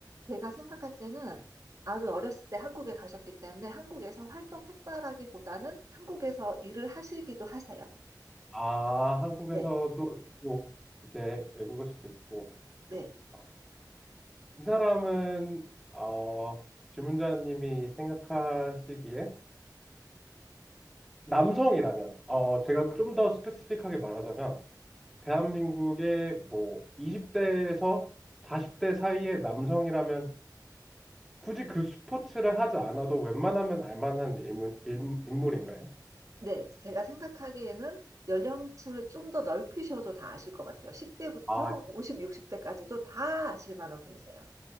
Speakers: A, on the right; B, in the centre.
A: 제가 생각할 때는 아주 어렸을 때 한국에 가셨기 때문에 한국에서 활동했다라기보다는 한국에서 일을 하시기도 하세요.
B: 아, 한국에서도
A: 네,
B: 있고, 이제 외국에서도 있고,
A: 네,
B: 아, 이 사람은, 어, 질문자님이 생각하시기에 남성이라면, 어, 제가 좀 더 스페시픽하게 말하자면, 대한민국의 뭐 20대에서 40대 사이의 남성이라면 굳이 그 스포츠를 하지 않아도 웬만하면 알만한 인물, 인- 인물인가요?
A: 네. 제가 생각하기에는 연령층을 좀 더 넓히셔도 다 아실 것 같아요. 10대부터
B: 아,
A: 50, 60대까지도 다 아실 만한 분이세요.